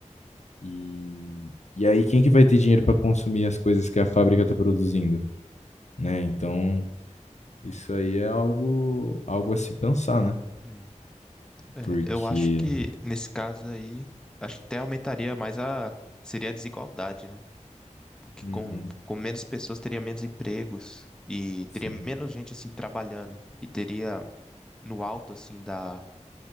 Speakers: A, on the left (about 65°); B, in the centre.
A: E, e aí, quem que vai ter dinheiro para consumir as coisas que a fábrica está produzindo, né? Então, isso aí é algo, algo a se pensar, né?
B: É.
A: Porque.
B: É, eu acho que nesse caso aí, acho que até aumentaria mais a, seria a desigualdade, né? porque
A: Uhum,
B: com, com menos pessoas teria menos empregos e
A: sim,
B: teria menos gente assim trabalhando e teria no alto assim da,